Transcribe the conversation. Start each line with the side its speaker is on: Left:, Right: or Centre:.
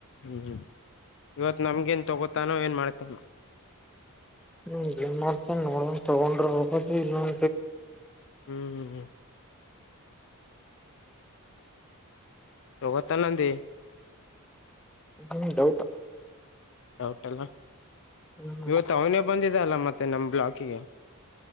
Left: ಹ್ಮ್ ಇವತ್ ನಮ್ಗ ಎನ್ ತಗೋತಾನೋ ಏನ್ ಮಾಡ್ತ
Centre: ಹ್ಮ ಏನ್ ಮಾಡ್ತೇನ್ ನೋಡನ್ ತಗೊಂಡ್ರ ಹೋಗ ಇಲ್ಲಂ
Left: ಹ್ಮ್ ಹ್ಮ್ ತಗೋತಾನಂದಿ
Centre: ಹ್ಮ್ ಡೌಟ್
Left: ಡೌಟ್ ಅಲ್ಲ
Centre: ಹ್ಮ್
Left: ಇವತ್ತು ಅವನ <unintelligible> ಬಂದಿದೆ ಯಲ್ಲ ಮತ್ತೆ ನಮ್ ಬ್ಲಾಕಿಗೆ